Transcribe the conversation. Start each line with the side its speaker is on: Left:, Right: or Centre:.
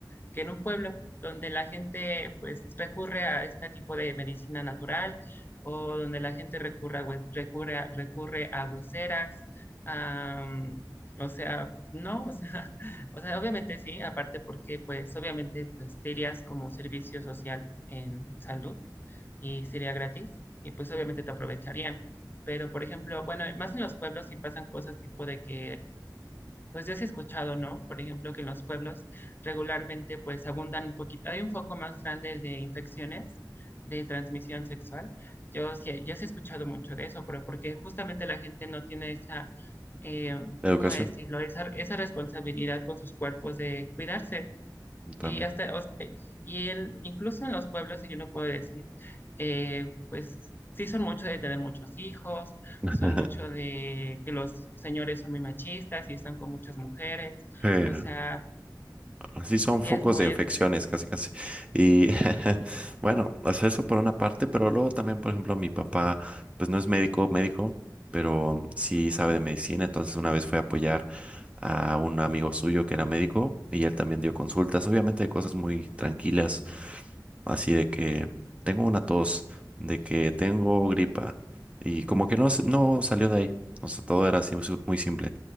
Left: que en un pueblo donde la gente pues recurre a este tipo de medicina natural o donde la gente recurre a, hue- recurre a- recurre a hueseras? a, mm, o sea, no, o sea, <laughs> o sea, obviamente sí, aparte porque pues obviamente pues te irías como servicio social en salud y sería gratis y pues obviamente te aprovecharían. Pero, por ejemplo, bueno, más en los pueblos sí pasan cosas tipo de que, pues ya se ha escuchado, ¿no? Por ejemplo, que en los pueblos regularmente pues abundan un poquito, hay un foco más grande de infecciones de transmisión sexual. Yo sí, yo sí he escuchado mucho de eso, pero porque justamente la gente no tiene esa, eh,
Right: La educación
Left: ¿cómo decirlo? Esa, esa responsabilidad con sus cuerpos de cuidarse.
Right: también.
Left: Y hasta, o sea, y él, incluso en los pueblos, y yo lo puedo decir, eh, pues sí son mucho de tener muchos hijos,
Right: <laughs>
Left: son mucho de que los señores son muy machistas y están con muchas mujeres,
Right: Eh,
Left: o sea,
Right: Así son
Left: sí
Right: focos
Left: es muy,
Right: de infecciones,
Left: este,
Right: casi, casi. Y <laughs> bueno, o sea, eso por una parte, pero luego también, por ejemplo, mi papá, pues no es médico, médico, pero sí sabe de medicina. Entonces, una vez fue a apoyar a un amigo suyo que era médico y él también dio consultas, obviamente de cosas muy tranquilas, así de que tengo una tos, de que tengo gripa y como que no, s- no salió de ahí. O sea, todo era así muy simple,